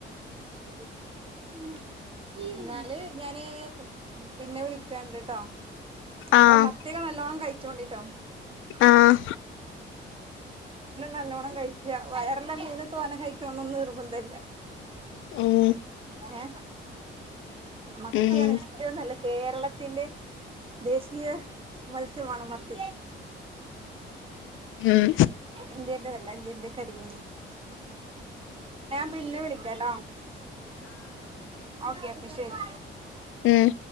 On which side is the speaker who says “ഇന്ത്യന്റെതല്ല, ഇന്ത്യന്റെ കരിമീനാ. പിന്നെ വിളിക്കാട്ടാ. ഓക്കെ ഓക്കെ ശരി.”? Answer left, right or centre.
Right